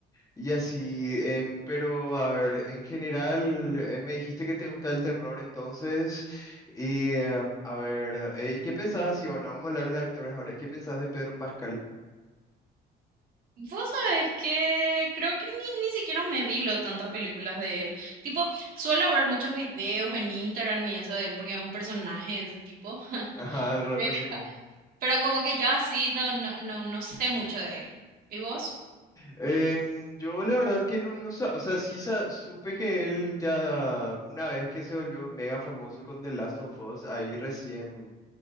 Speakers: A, on the left (about 20°); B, on the right (about 50°).
A: Y así, em, pero a ver, en general, eh, me dijiste que te gusta el terror entonces, y eh, a ver, eh, ¿qué pensás así? Bueno, vamos a hablar de actores ahora, ¿qué pensás de Pedro Pascal?
B: Vos sabés que creo que ni, ni siquiera me vi lo tantas películas de él. Tipo, suelo ver muchos videos en Instagram y eso de él porque es un personaje de ese tipo.
A: <laughs> Ajá, de re
B: <laughs>
A: personaje.
B: Pero como que yo así no, no, no, no sé mucho de él. ¿Y vos?
A: Em, yo la verdad que no, no sa- o sea, sí sa- supe que él ya una vez que se volvió mega famoso con The Last of Us, ahí recién,